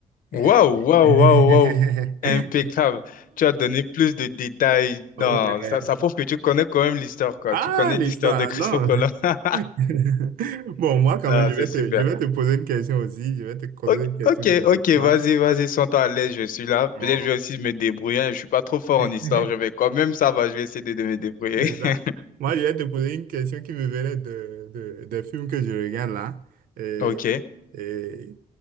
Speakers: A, on the left (about 80°); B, on the right (about 85°).
A: Waouh,
B: Euh,
A: waouh,
B: <laughs>
A: waouh, waouh. Impeccable. Tu as donné plus de détails.
B: Oh,
A: Non,
B: ouais.
A: ça, ça prouve que tu connais quand même l'histoire, quoi.
B: Ah,
A: Tu connais
B: l'histoire,
A: l'histoire de Christophe
B: non.
A: Colomb. <laughs>
B: <laughs> Bon, moi, quand
A: Non,
B: même, je
A: c'est
B: vais
A: super.
B: te, je vais te poser une question aussi. Je vais te poser
A: Ok,
B: une question
A: ok,
B: de l'histoire.
A: ok, vas-y, vas-y, sens-toi à l'aise, je suis là.
B: Oh.
A: Peut-être je vais aussi me débrouiller. hein. Je suis pas trop fort
B: <laughs>
A: en histoire. Je vais quand même, ça va, je vais essayer de, de me débrouiller.
B: C'est ça.
A: <laughs>
B: Moi, je vais te poser une question qui me venait de, de- des films que je regarde là. Et,
A: Ok.
B: et